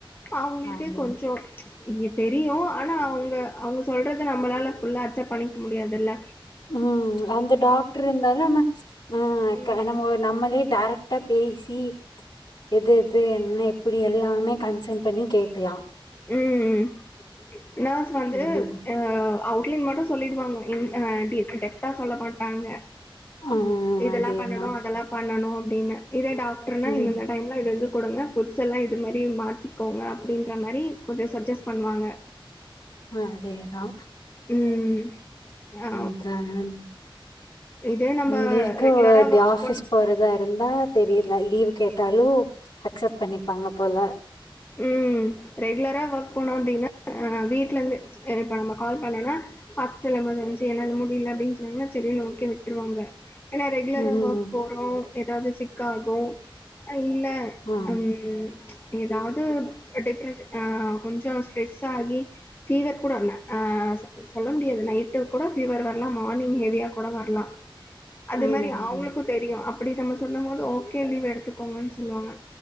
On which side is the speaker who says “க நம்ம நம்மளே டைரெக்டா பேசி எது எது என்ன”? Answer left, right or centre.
Left